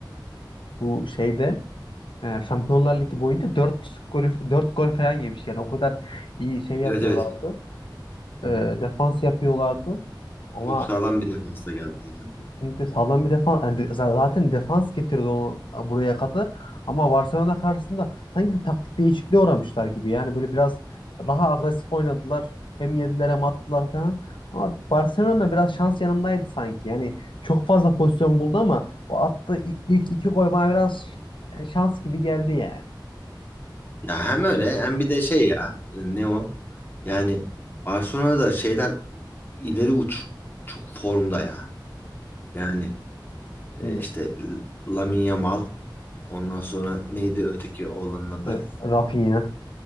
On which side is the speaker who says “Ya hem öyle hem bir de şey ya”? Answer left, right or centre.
Left